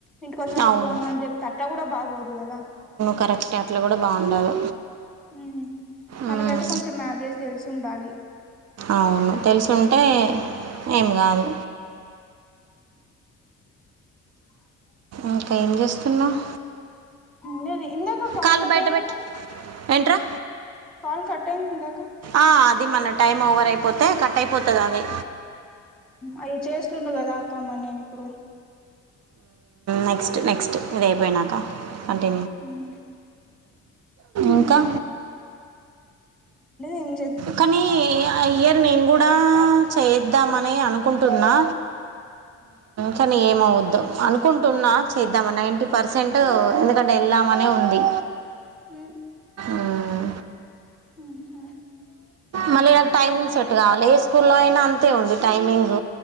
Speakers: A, in the centre; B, on the right.
A: ఇంటికోచ్చినంక
B: అవును
A: పోను అని చెప్పి అట్టా కూడా బాగోదు కదా
B: కరెక్ట్ అట్లు కూడా బాగుండదు
A: మ్మ్ మనకైతే
B: ఉమ్,
A: కొంచెం ఆవరేజ్ తెలిసి ఉండాలి
B: అవును తెలుసుంటే ఏం కాదు
A: హుమ్
B: ఇంకా ఏం చేస్తున్నావు
A: ఉండది ఇందాక కాల్
B: కాళ్ళు
A: కట్టాయిందాకా
B: బయట పెట్టు ఏంట్రా
A: కాల్ కట్ అయింది ఇందాక
B: ఆ అది మన టైమ్ ఓవర్ అయిపోతే కట్ అయిపోతది అది
A: అవి చేస్తుండూ కదా అక్క మరి నేను ఇప్పుడు
B: నెక్స్ట్ నెక్స్ట్ ఇదయిపోయినాకా అంటే
A: ఉమ్
B: ఇంకా
A: ఏంటిది
B: కానీ ఇయ్యరు నేను కూడా చేద్దామని అనుకుంటున్నా కానీ ఏమవద్దు అనుకుంటున్నా చేద్దామా నైన్టీ పర్సెంట్ ఎందుకంటే వెల్దామనే ఉంది
A: హు
B: మ్మ్.
A: ఆహా
B: మళ్ళీ నాకు టైమింగ్ సెట్ కావాలి ఏ స్కూల్లో అయినా అంతే ఉంది టైమింగ్.